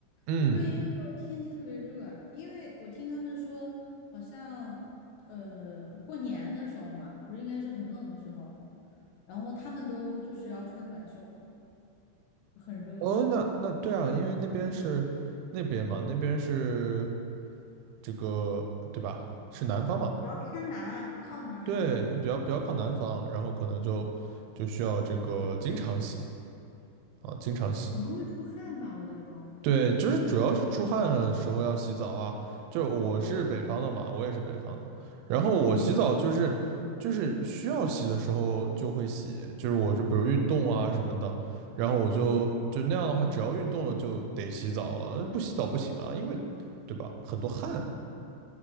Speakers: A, on the right (about 85°); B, on the left (about 75°).
A: 嗯，
B: 会不会因为就是天气特别热啊？因为我听他们说，好像呃过年的时候嘛，不是应该是很冷的时候，然后他们都就是要穿短袖，很热，
A: 哦，那那对啊，因为那边是那边嘛，那边是这个对吧？是南方嘛，
B: 然后偏南靠南，
A: 对，比较比较靠南方，然后可能就就需要这个经常洗啊，经常洗。
B: 可能会出汗吧，我觉得。
A: 对，就是主要是出汗的时候要洗澡啊。就我是北方的嘛，我也是北方的，然后我洗澡就是就是需要洗的时候就会洗，
B: 嗯
A: 就是我就比如运动啊什么的，然后我就就那样的话，只要运动了就得洗澡了，不洗澡不行啊，因为对吧，很多汗，